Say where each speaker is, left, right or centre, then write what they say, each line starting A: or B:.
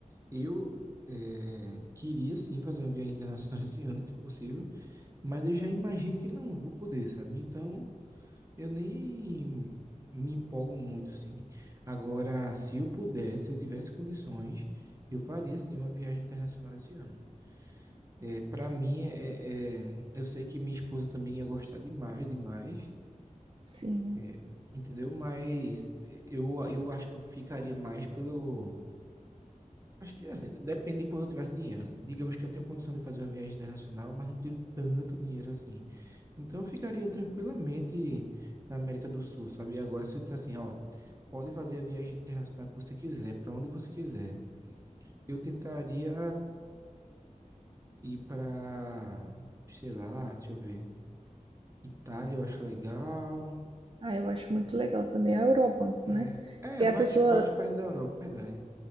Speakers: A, on the right; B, on the right.
A: Eu eh, queria sim fazer uma viagem internacional <laughs> esse ano, se possível, mas eu já imagino que não vou poder, sabe? Então Eu nem me empolgo muito, sim. Agora, se eu pudesse, se eu tivesse condições, eu faria sim uma viagem internacional esse ano. É, para mim, é, é- é, eu sei que minha esposa também ia gostar demais, demais,
B: Sim.
A: é, entendeu? Mas eu, eu acho que eu ficaria mais pelo, Acho que assim, depende de quando eu tivesse dinheiro, assim. Digamos que eu tenho condição de fazer uma viagem internacional, mas não tenho tanto dinheiro assim. Então eu ficaria tranquilamente na América do Sul, sabe? E agora, se eu disser assim, ó, pode fazer a viagem internacional que você quiser, para onde você quiser. Eu tentaria ir para, sei lá, deixa eu ver. Itália, eu acho legal.
B: Ah, eu acho muito legal também a Eurobanco,
A: É,
B: né? Que
A: é
B: é
A: vários,
B: a pessoa,
A: vários países da Europa, verdade.